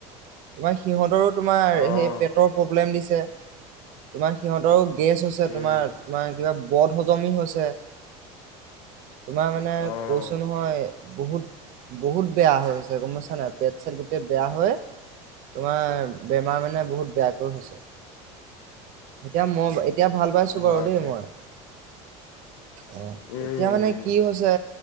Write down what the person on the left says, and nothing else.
অ',
উম,
অ',
<inaudible>
হয়
উম,
উম,